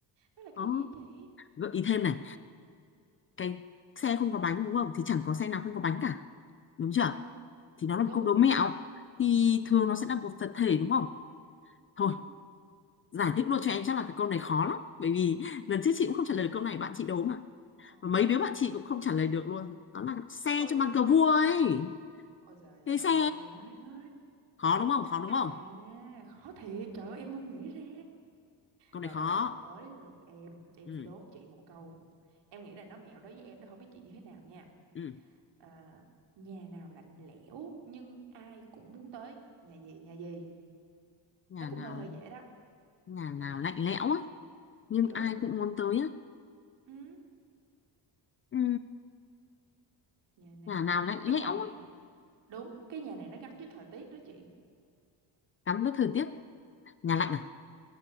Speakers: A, on the right; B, on the left.
A: nó là
B: có
A: cái gì vậy chị
B: gợi ý thêm này cái xe không có bánh đúng không thì chẳng có xe nào không có
A: ừ
B: bánh cả đúng chưa
A: ừ
B: thì nó là một
A: đúng
B: câu đố mẹo thì thường nó sẽ là một vật thể đúng không thôi
A: ừ
B: giải thích luôn cho em chắc là cái câu này khó lắm bởi vì <laughs> lần trước chị cũng không trả lời câu này bạn chị đố mà
A: ờ
B: và mấy đứa bạn chị cũng không trả lời được luôn đó là xe
A: còn
B: trong
A: gì
B: bàn cờ
A: nó
B: vua
A: là
B: ấy
A: Ôi giời
B: cái
A: ơi,
B: xe
A: ôi giời ơi.
B: khó đúng không khó đúng
A: À,
B: không
A: khó thiệt, trời ơi em không nghĩ ra.
B: câu
A: Rồi
B: này khó
A: rồi rồi, tới lượt em, em
B: ừ
A: sẽ đố chị một câu. Em nghĩ là nó mẹo đối với em đó, không biết chị như thế nào nha.
B: ừ
A: À, nhà nào lạnh lẽo nhưng ai cũng muốn tới. Nhà gì, nhà gì?
B: nhà
A: Nó cũng
B: nào
A: hơi hơi dễ đó.
B: nhà nào
A: Nhà nào?
B: lạnh lẽo á nhưng
A: Đúng.
B: ai cũng muốn tới á
A: Ừ,
B: ừ.
A: nhà nào?
B: nhà nào lạnh lẽo
A: Cái nhà này,
B: á
A: đúng, cái nhà này nó gắn với thời tiết đó chị.
B: gắn với thời tiết nhà lạnh
A: Ừ,
B: à